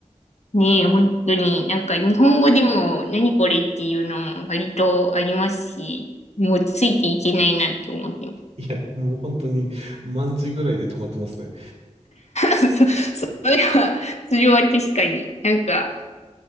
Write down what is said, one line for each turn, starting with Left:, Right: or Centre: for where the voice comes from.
Left: ねえ、本当に、なんか日本語でも何これっていうの割とありますし、もうついていけないなって思ってま
Right: いや、もう本当に、万字ぐらいで止まってますね。
Left: す。<laughs> そ、それは、それは確かに、なんか、